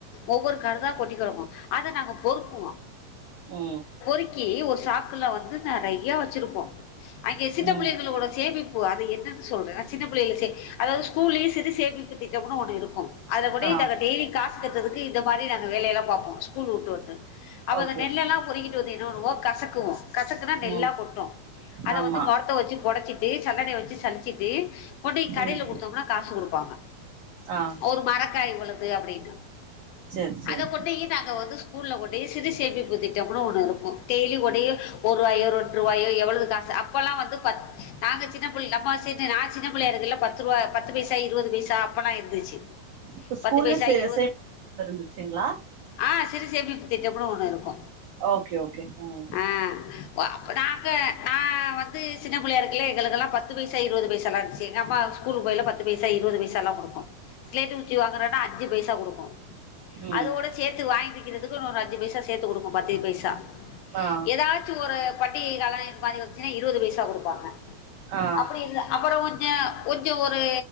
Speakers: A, on the left; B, on the right.
A: ஒவ்வொரு கருதா கொட்டிக்கிடக்கும் அதை நாங்க பொறுக்குவோம்
B: உம்
A: இசிக்கி ஒரு சாக்குல வந்து நிறைய வச்சிருப்போம் அங்கே சின்ன
B: ம்
A: பிள்ளைகளோட சேந்து இது என்னன்ன சொல்றேன் நான் சின்ன பிள்ளைய ச அதாவது ஸ்கூலேயே சேமிப்பு திட்டம்னு ஒன்று இருக்கும் அதை கூட்டி
B: ஆ
A: தெரட்டி காசு கட்ரதுக்கு இந்த மாதிரி நாங்க வேலையெல்லாம் பாப்போம் ஸ்கூல் விட்டு வந்து அவங்க
B: ஓகே
A: நெல்லல்லாம்
B: ஓகே
A: பொறுகிட்டு இருபது இருபதுவா கசக்குவோ கசக்குனா நெல்லா
B: ம்
A: கொட்டு அத
B: ஆமா
A: வந்து மொரத்த வச்சு பொடச்சிட்டு சல்லடய வச்சு சளிச்சிட்டு கொண்டு் போய் கடையில
B: ம்
A: கொடுத்தோம்னா காசு கொடுப்போ இருப்பாங்க
B: ஆ
A: ஒரு மரக்காய் இவ்வளவு அப்டீனு
B: சேரி சேரி
A: அத கொண்டு போயி நாங்க வந்து ஸ்கூல்ல கொண்டு போயி சிறுசேமிப்பு திட்டம் அம் ஒன்னு இருக்கு டெய்லி கூடயே ஒரு ரூவாயோ ரெண்டுருவாயோ எவ்வளவு காசு அப்போலா வந்து ப நாங்க சின்ன பிள்ள நம்ம சி நா சின்ன பிள்ளயா இருக்கல்ல பத்து ரூபா பத்து பைசா இருபது பைசா அப்போல்லா இருந்துச்சு
B: இப்ப ஸ்கூல்ல
A: பத்து பைசா
B: சே
A: இருவது
B: இருந்துச்சுங்ளா
A: ஆ சிறு சேமிப்பு திட்டம்னு ஒன்னு இருக்கு
B: ஓகே ஓகே ம்
A: ஆ ஒ நாங்க நா வந்து சின்ன பிள்ளயா இருக்கேல எங்களுக்கெலா பத்து பைசா இருபது பைச எல்லா இருந்துச்சு எங்க அம்மா ஸ்கூலுக்கு போயல பத்து பைசா இருபது பைசா எல்லா குடுக்கு சிலேட்டு குச்சி வாங்குறேனா அஞ்சு பைசா குடுக்கு
B: ம்
A: அதோட சேத்து வாங்கி திங்குறதுக்குன்னு ஒரு அஞ்சு பைசா சேத்து கொடுங்க பத்து பை சா
B: ஆ
A: ஏதாச்சு ஒரு பண்டிகை கால இது மாரி இருபது பைசா குடுப்பாங்க
B: ஆ
A: அப்டி இ அப்ற கொஞ்சோ கொஞ்ச ஒரு